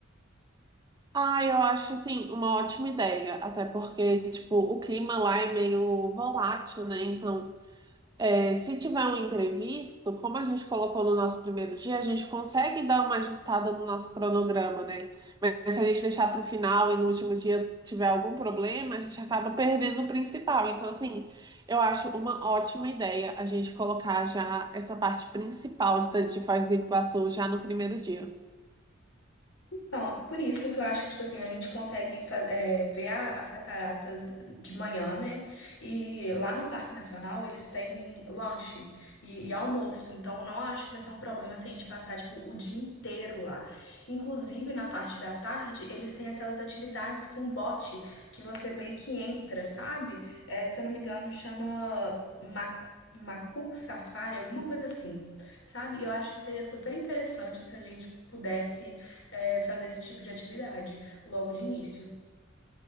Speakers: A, on the right; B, on the left.
A: Ah, eu acho, assim, uma ótima ideia, até porque, tipo, o clima lá é meio volátil, né? Então, é, se tiver um imprevisto, como a gente colocou no nosso primeiro dia, a gente consegue dar uma ajustada no nosso cronograma, né? Mas se a gente deixar para o final e no último dia tiver algum problema, a gente acaba perdendo o principal. Então, assim, eu acho uma ótima ideia a gente colocar já essa parte principal de de Foz do Iguaçu já no primeiro dia.
B: Então, por isso que eu acho que, tipo assim, a gente consegue fa- é, ver a- as cataratas de manhã, né? E lá no Parque Nacional eles têm lanche e, e almoço. Então, não acho que vai ser um problema se a gente passar, tipo, o dia inteiro lá. Inclusive, na parte da tarde, eles têm aquelas atividades com bote que você meio que entra, sabe? É, se eu não me engano, chama macu- Macuco Safari, alguma coisa assim, sabe? E Eu acho que seria super interessante se a gente pudesse é, fazer esse tipo de atividade logo de início.